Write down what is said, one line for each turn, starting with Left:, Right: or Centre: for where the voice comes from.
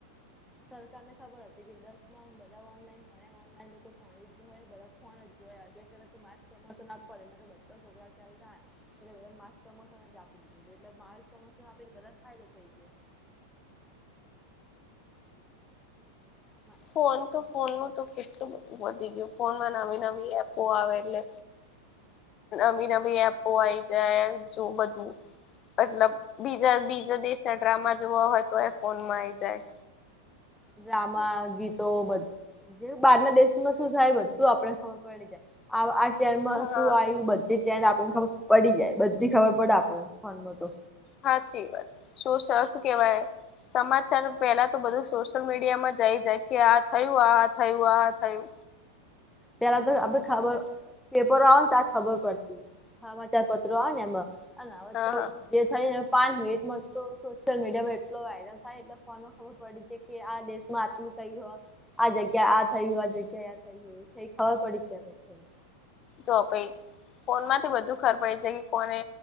Centre: સરકાર ને ખબર હતી કે દસ માં બધા ઓનલાઈન ભણ્યા ઓનલાઈન તો કોઈ ભણિયું જ નઈ હોય બધા ફોન જ જોયા <unintelligible> મા પ્રમોશન આપવા દે નકર બધા છોકરા ફેલ થાહે એટલે બધા ન માસ પ્રમોશન જ આપ એટલે માલ પ્રમોશન આપે એટલે બધા ન ફાયદો થઈ ગ્યો <inaudible>
Left: ફોન તો ફોનનું તો કેટલું બધું વધી ગ્યું ફોનમાં નવી નવી એપો આવે એટલે
Centre: <inaudible>
Left: નવી નવી એપો આઈ જાયન જો બધું મતલબ બીજા બીજા દેશના ડ્રામા જોવા હોય તો એ ફોનમાં આઈ જાય
Centre: ડ્રામા ગીતો બધ જે બહાર ના દેશમાં શું થાય બધું આપડેન ખબર પડી જાય. આ ત્યાર માં
Left: હા
Centre: શું આયું બધ <inaudible> ચેન્જ આપણને ખબર પડી જાય બધી ખબર પડ આપણન ફોન માં તો.
Left: હાચી વાત સોશ શું કેવાય સમાચાર પેલા તો બધું સોશિયલ મીડિયામાં જ આઈ જાય કે આ થયું આ આ થયું આ થયું.
Centre: પેલા તો આપડ ખબર પેપરો આવેન તાર ખબર પડતી હમાંચાર પત્રો આવે ને એમાં. અન હવે
Left: હા
Centre: તો
Left: હા
Centre: જે થઈ ને પાંચ મિનિટ સો સોશિયલ મીડિયામાં એટલો વાયરલ થાય એટલે ફોન ખબર પડી છે કે આ દેશમાં આટાંલૂ થયું હ આ જગ્યા આ થયું આ જગ્યા આ થયુ. એ ખબર પડી છે જાય
Left: તો પઈ ફોન માંથી બધું ખબર પડે છે કે કોને